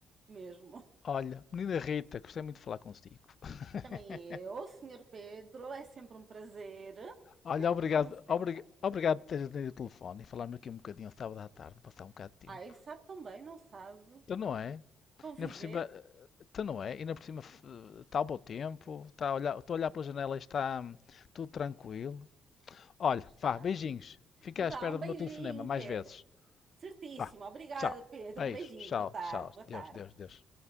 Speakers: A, on the right; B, on the left.
A: mesmo.
B: Olha, menina Rita, gostei muito de falar consigo. <laughs>
A: <laughs> Também eu, senhor Pedro, é sempre um prazer, <laughs>
B: Olha, obrigado,
A: como sempre.
B: obri- obrigado por teres atendido o telefone e falarmos aqui um bocadinho sábado à tarde, passar um bocado de
A: Ai,
B: tempo.
A: sabe também, não sabe?
B: Então não é?
A: Conviver
B: Ainda por cima, eh, então não é? Ainda por cima f- está o bom tempo, está a olhar, estou a olhar pela janela e está hum, tudo tranquilo. Olha,
A: está.
B: vá, beijinhos. Fica
A: Vá,
B: à espera
A: um
B: do
A: beijinho,
B: meu telefonema mais
A: Pedro.
B: vezes.
A: Certíssimo,
B: Vá,
A: obrigada,
B: tchau.
A: Pedro.
B: Beijo,
A: Um beijinho,
B: tchau,
A: boa tarde,
B: tchau.
A: boa tarde.
B: Deus, Deus, Deus.